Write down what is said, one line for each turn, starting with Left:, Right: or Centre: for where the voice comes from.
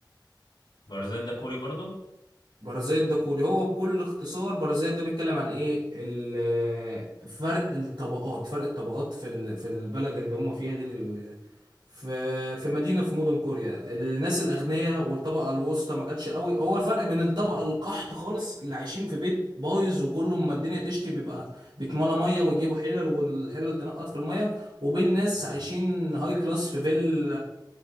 Left: بارزات ده كوري برضه
Right: بارازيت ده كوري هو بكل اختصار بارازيت ده بيتكلم عن ايه ال- فرق الطبقات فرق الطبقات في ال- في البلد اللي هم فيها دي ال- في في مدينة في مدن كوريا الناس الأغنياء والطبقة الوسطى ما جاتش قوي هو الفرق بين الطبقة القحط خالص اللي عايشين في بيت بايظ وكله ما الدنيا تشتي بيبقى بيتملى مية ويجيبوا حلل والحلل تنقط في المية وبين ناس
Left: مم.
Right: عايشين هاي كلاس في فيل